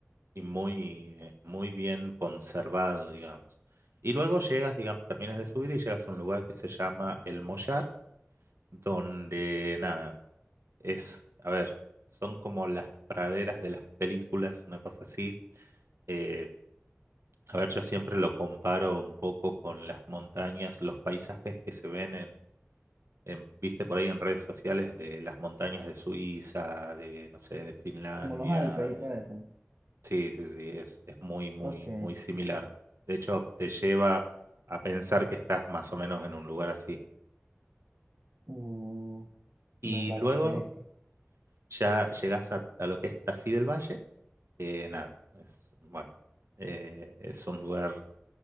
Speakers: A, on the right; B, on the right.
A: y muy, eh, muy bien conservado, digamos. Y luego llegas, digamos, terminas de subir y llegas a un lugar que se llama El Mollar donde nada, es, a ver, son como las praderas de las películas, una cosa así. Eh, a ver, yo siempre lo comparo un poco con las montañas, los paisajes que se ven en, en, viste por ahí en redes sociales de las montañas de Suiza, de, no sé, de Finlandia.
B: como los Alpes
A: de-
B: y todo eso.
A: Sí, sí, sí, es, es muy, muy,
B: Ok.
A: muy similar. De hecho, te lleva a pensar que estás más o menos en un lugar así.
B: Uh,
A: Y
B: me parece
A: luego ya llegas a, a lo que es Tafí del Valle, Eh, nada, es, bueno, eh, es un lugar,